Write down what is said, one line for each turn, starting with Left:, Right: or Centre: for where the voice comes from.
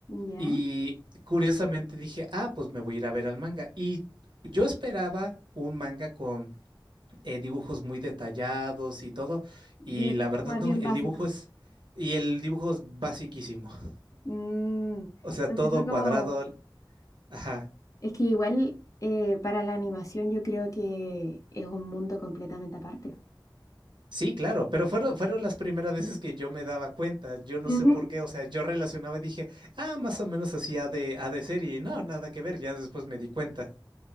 Left: ya.
Right: Y curiosamente dije, ah, pues me voy a ir a ver al manga. Y yo esperaba un manga con eh, dibujos muy detallados y todo.
Left: Y
Right: Y
Left: es
Right: la verdad
Left: más
Right: no,
Left: bien
Right: el
Left: básico.
Right: dibujo es... Y el dibujo es basiquísimo. <laughs>
Left: Mm,
Right: O sea,
Left: Entonces
Right: todo
Left: fue como,
Right: cuadrado. Ajá.
Left: es que igual eh, para la animación yo creo que es un mundo completamente aparte.
Right: Sí, claro, pero fueron, fueron las primeras veces que yo me daba cuenta. Yo no
Left: Ujú.
Right: sé por qué, o sea, yo relacionaba y dije, ah, más o menos así ha de, ha de ser y no, nada que ver, ya después me di cuenta.